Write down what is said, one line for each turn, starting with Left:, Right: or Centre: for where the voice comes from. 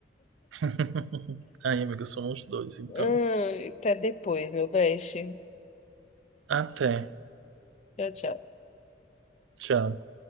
Right: <laughs> Ai, amiga, somos dois, então.
Left: Hum, até depois, meu beijo.
Right: Até.
Left: Tchau, tchau.
Right: Tchau.